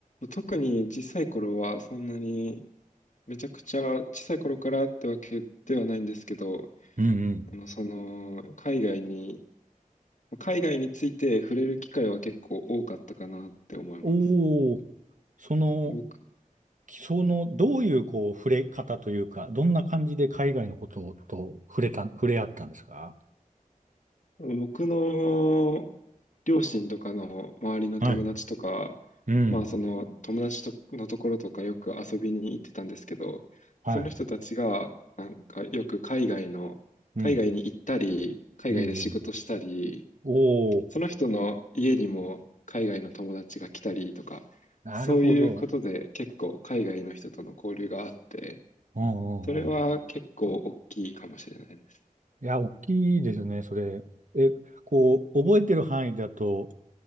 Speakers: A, on the left (about 60°); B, on the right (about 60°).
A: 特に小さい頃はそんなにめちゃくちゃ小さい頃からってわけではないんですけど、
B: うんうん。
A: あの、その、海外に、海外について触れる機会は結構多かったかなって思います。
B: おお、その、
A: 僕、
B: その、どういうこう触れ方というか、どんな感じで海外のことと触れた、触れ合ったんですか
A: 僕の両親とかの周りの友達とか、
B: はい。うん。
A: まあその友達とのところとかよく遊びに行ってたんですけど、
B: はい。
A: その人たちがなんかよく海外の、
B: うん。
A: 海外に行ったり、海外で仕事したり、
B: うんうん。おお、
A: その人の家にも海外の友達が来たりとか、
B: なるほど。
A: そういうことで結構海外の人との交流があって、
B: うんうんうん。
A: それは結構大きいかもしれないです。
B: いや、大きいですよね、それ。え、こう、覚えてる範囲だと、